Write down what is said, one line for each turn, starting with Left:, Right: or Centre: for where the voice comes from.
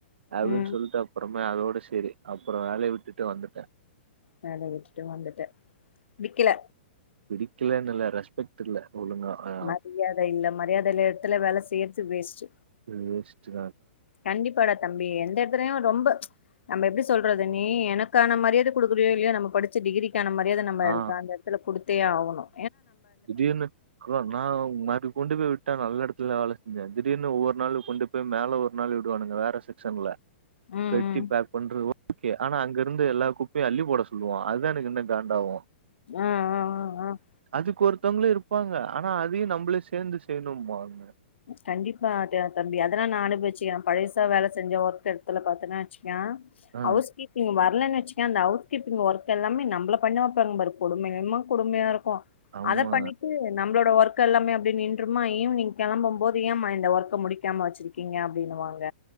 Right: அப்படின்னு
Left: ம்
Right: சொல்லிட்டு அப்புறம் அதோடு சரி அப்புறம் வேலையை விட்டுட்டு வந்துட்டேன்
Left: வேல விட்டுட்டு வந்துட்டேன் விக்கல
Right: பிடிக்கலன்னுல்லா ரெஸ்பெக்ட் இல்ல ஒழுங்கா. அ
Left: மரியாதை இல்ல மரியாதையில்ல இடத்துல வேலை செய்ரது வேஸ்ட்
Right: வேஸ்ட்டு
Left: கண்டிப்பா தம்பி எந்த இடத்துலயும் ரொம்ப நம்ம எப்படி சொல்றது நீ எனக்கான மரியாதை கொடுக்குறோ இல்லையோ நம்ம படிச்ச டிகிரி கான மரியாதை நம்மளுக்கு
Right: ஆ
Left: அந்தடத்துல கொடுத்து தே ஆகணும்
Right: திடீர்னு நான் மாறக் கொண்டு போய் விட்டா நல்ல இடத்து வேல செஞ்சன் திடீர்னு ஒவ்வொரு நாள் கொண்டு போய் மேல ஒரு நாள் விடுவானுங்க வேற செக்சன்ல
Left: ம்
Right: பெட்டி
Left: ம்
Right: பேக் பண்ற ஓகே ஆனா அங்க இருந்து எல்லா குப்பையும் அள்ளி போட சொல்லுவான் அதுதான் எனக்கு இன்ன காண்டாகும்
Left: ஆஹ் ஆஹ் ஆஹ் ஆஹ்
Right: க்கு ஒருத்தவங்களும் இருப்பாங்க ஆனா அதையும் நம்மளே சேர்ந்து செய்யணும் பாங்க
Left: கண்டிப்பா தம்பி அதெல்லாம் நான் அனுபவிச்சிக்கேன் பழசா வேலை செஞ்ச ஒர்க் இடத்துல பாத்தேன்னா ங
Right: ஆ
Left: ஹவுஸ் கீப்பிங் வர போனோன்னு வச்சக்க அந்த ஹவுஸ் கீப்பிங் ஒர்க் எல்லமே நம்மள பண்ணவப்பாங்க பாரு கொடுமன கொடுமையா இருக்கும் போ
Right: ஆமா
Left: அத பண்ணிட்டு நம்மளோட ஒர்க் எல்லாமே அப்படியே நின்றுமா ஈவினிங் கெளம்பும் போது ஏன் இந்த ஒர்க்க முடிக்காம வச்சிருக்கீங்க அப்படின்னு வாங்க